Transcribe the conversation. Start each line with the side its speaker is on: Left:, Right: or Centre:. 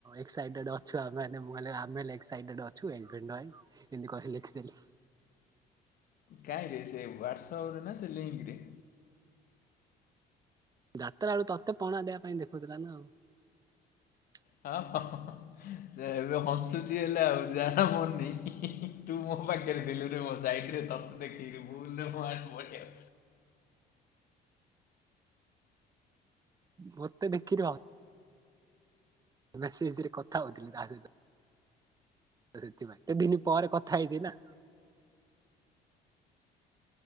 Right: ଏକ୍ସାଇଟେଡ ଅଛୁ ଆମେମାନେ ମୁଁ ହେଲେ ଆମେ ଲେ ଏକ୍ସାଇଟେଡ ଅଛୁ ଏନଫ୍ରିନନାଇନ ଏମତି କହି ଲେଖିଦେଲି।
Left: କାହିଁରେ ସେ ହ୍ଵାଟ୍ସଆପରେ ନା ସେ ଲିଙ୍କରେ?
Right: ଯତ୍ରା ବେଳୁ ତତେ ପଣା ଦେବା ପାଇଁ ଦେଖୁଥିଲା ନା ଆଉ।
Left: ହଁ <unintelligible> ସେ ଏବେ ହସୁଚି ହେଲେ ଆଉ ଯାହା ପଡୁନି <unintelligible> ତୁ ମୋ ପାଖରେ ଥିଲୁରେ ମୋ ସାଇଟିରେ ତ <unintelligible>
Right: ମତେ ଦେଖିରି ହ ମେସେଜରେ କଥା ହଉଥିଲି ତା ସହିତ ସେଥିପାଇଁ ଏତେ ଦିନ ପରେ କଥା ହେଇଛି ନା।